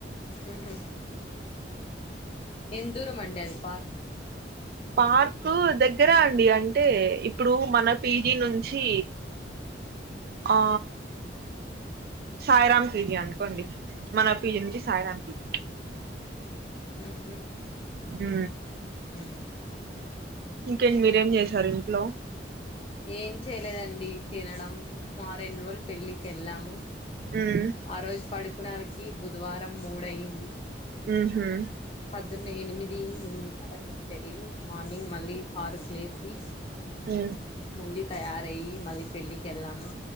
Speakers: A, on the left (about 30°); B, on the right (about 55°).
A: ఉహు ఎంత దూరం అండి అది పార్క్
B: పార్కు దగ్గర అండి అంటే ఇప్పుడు మన పీజీ నుంచి ఆ సాయిరాం పిజీ అనుకోండి మన పీజీ నుంచి సాయిరాం పిజీ
A: ఉహు
B: ఉ
A: ఉమ్
B: ఇంకేంటి మీరేం చేసారు ఇంట్లో
A: ఏం చేయలేదండి తినడం మా రెండు రోజులు పెళ్ళికి వెళ్ళాము
B: మ్మ్
A: ఆ రోజు పడుకునానికి బుధవారం మూడు అయింది
B: మ్మ్ హ్మ్
A: ప్రొద్దున్నే ఎనిమిది ఎనిమిదిన్నరకు ఎ పెళ్ళి మార్నింగ్ మళ్ళీ ఆరు కి లేసి
B: ఉ
A: మళ్ళీ తయారయి మళ్ళీ పెళ్లికెళ్ళము